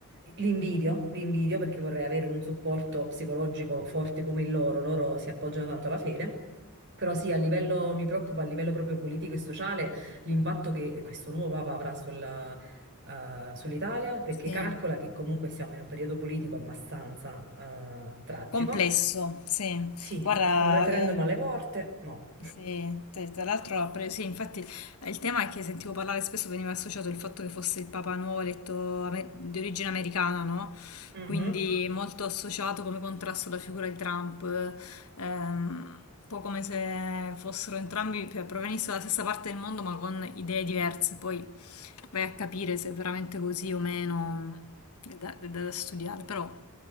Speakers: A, on the right; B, on the left.
A: l'invidio, l'invidio perché vorrei avere un supporto psicologico forte come il loro. Loro si appoggiano tanto alla fede. Però sì, a livello, mi preoccupa a livello proprio politico e sociale l'impatto che questo nuovo Papa avrà sulla, eh, sull'Italia, perché
B: Sì.
A: calcola che comunque siamo in un periodo politico abbastanza eh, tragico
B: Complesso, sì.
A: sì,
B: Guarda,
A: un referendum
B: ehm,
A: alle porte? No.
B: Sì, te- tra l'altro, ha pre- sì, infatti eh, il tema è che sentivo parlare spesso, veniva associato il fatto che fosse il Papa nuovo eletto amer- di origine americana, no?
A: Mhm.
B: Quindi molto associato come contrasto alla figura di Trump, ehm, un po' come se fossero entrambi, cioè, provenissero dalla stessa parte del mondo ma con idee diverse, poi vai a capire se è veramente così o meno, è da, è da studiare, però.